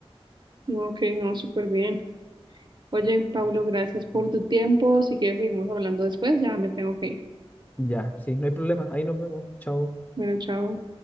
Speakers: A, on the right (about 50°); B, on the left (about 15°).
A: No, Ok, no, súper bien. Oye, Pablo, gracias por tu tiempo. Si quieres, seguimos hablando después. Ya me tengo que ir.
B: Ya, sí, no hay problema. Ahí nos vemos. Chao.
A: Bueno, chao.